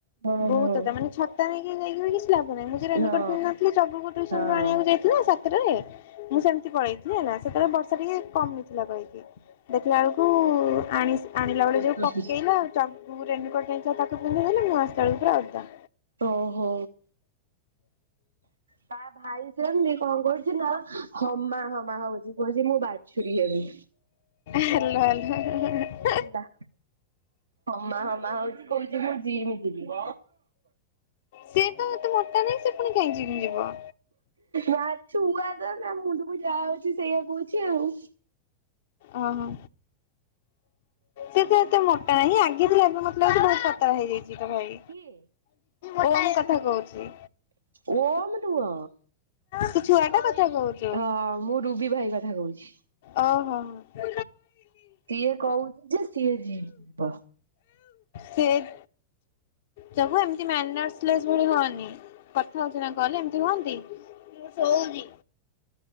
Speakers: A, on the right; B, on the left.
A: ହଁ
B: ବହୁତ
A: ହଁ
B: କ ମାନେ ଛତା ନେଇକି ଯାଏକି କିଛି ଲାଭ ନାହିଁ ମୁଁ ରେନକୋଟ
A: ହଁ
B: ନ ଥିଲ ଚଗୁକୁ୍ ଟିୟୁସନ
A: ହଁ
B: ରୁ ଆଣିବାକୁ ଯାଇ ଥିଲା ସାତଟରେ ମୁଁ ସେମିତି ପଳେଇଥିଲି ହେଲା ସେତବେଳେ ବର୍ଷା ଟିକେ କମ ନଥିଲା କହିକି ଦେଖିଲା ବେଳକୁ ଆଣିଲା ବେଳେ ଯୋଉ
A: ହଁ।
B: ପକେଇଲା ଆଉ ମୁଁ ରେନକୋଟ ତାକୁ ପିନ୍ଧେଇ ଦେଲି ମୁଁ ଆସିଲା ବେଳକୁ ପୁରା ଓଦା।
A: ଓହୋ! ତା ଭାଇ ସେମିତି କଣ କରୁଛି ନା ହମା ହ ମା ହଉଚି କୁହଛି ମୁଁ ବାଛୁରୀ ହେବି।
B: Hello hello!
A: ହେଲା ହମା ହମା ହଉଛି କହୁଛି ମୁଁ ଯିମ୍ ଯିବି।
B: ସିଏ ତ ଏତେ ମୋଟା ନାହିଁ ସେ ପୁଣି କାଇଁ ଜିମ ଯିବ?
A: ମା ଛୁଆ ତ ନା ମୁଁଣ୍ଡକୁ ଯାହା ଆଉଚି ସେଇଆ କହୁଛି ଆଉ।
B: ଓହୋ! ସେ ତ ଏତେ ମୋଟା ନାହିଁ ଆଗେ ଥିଲା ଏବେ ମତେ ଲାଗୁଚି ପୁଣି ପତଳା ହେଇଯାଇଚି ତା ଭାଇ।
A: କିଏ?
B: ଓ଼ମ କଥା କହୁଛି।
A: ଓମ୍ ନୁହଁ।
B: ତୁ ଛୁଆ ଟା କଥା କହୁ
A: ହଁ ମୁଁ ରୁବି ଭାଇ କଥା କହୁଛି।
B: ଓହୋ ହୋ!
A: ଇଏ କହୁଛି ଯେ ସିଏ ଜିମ୍ ଯିବ।
B: ସେ <unintelligible> ପ୍ରଭୁ ଏମତି ମ୍ୟାନରସ ଲେସ ଭଳି ହଅନି, କଥା ହଉଛି କଲରେ ଏମିତି ହଅନ୍ତି। କିଏ ଶୋଉଚି।